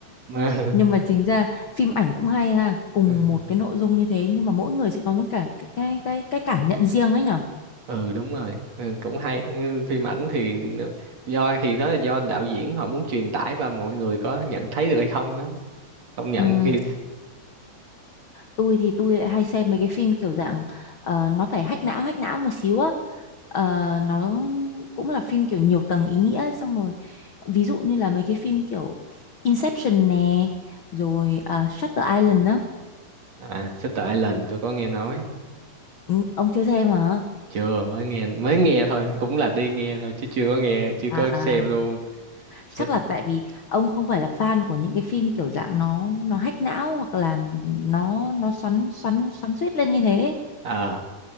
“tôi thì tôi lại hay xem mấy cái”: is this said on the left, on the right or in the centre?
Left